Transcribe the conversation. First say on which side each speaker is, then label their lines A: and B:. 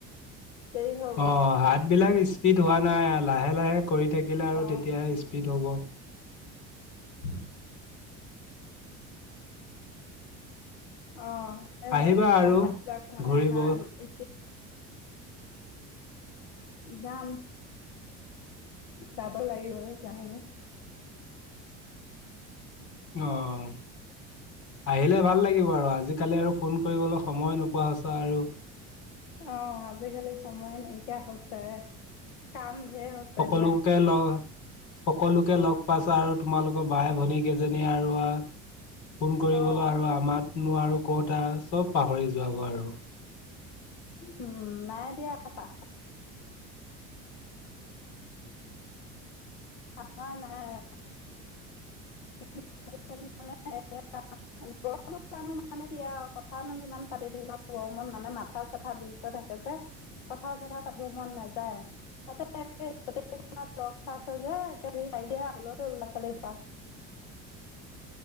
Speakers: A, on the left (about 90°); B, on the left (about 65°).
A: দেৰি হৈল
B: অ হাতবলাক স্পীড হোৱা নাই লাহে লাহে কৰি থাকিলে আৰু
A: অ
B: তেতিয়াহে স্পীড হ'ব উম
A: অঁ এই
B: আহিবা আৰু
A: তাই হাত যাক মানে
B: ঘূৰিব
A: হা ই যাম যাব লাগিব যায়
B: আহঁ আহিলে ভাল লাগিব আৰু আজিকালি আৰু ফোন কৰিবলৈ সময় নোপোৱা হৈছে আৰু
A: অ আজিকালি সময় নাইকিয়া হৈছে কাম ঢেৰ হৈছে
B: সকলোকে
A: দিয়া
B: ল সকলোকে লগ পাইছা আৰু তোমালোকৰ বাই ভনী কেইজনী আৰু ফোন কৰিবলৈ
A: অঁ
B: আৰু আমাতনো আৰু কত চব পাহৰি যোব আৰু
A: উম নাই দিয়া পাহ পাপা নাই <unintelligible> মানে কি আৰু কথানো কিমান পাতি থাকিবা গৰমত মানে মাথা চাথা বিষ হৈ থাকে যে কথা চথা পাতিব মন নাযায় তাতে গোটেই সোপা লগ খাইছে যে সেইকাৰণে কাজিয়া হূলস্থুল লৱা ছোৱালীসোপা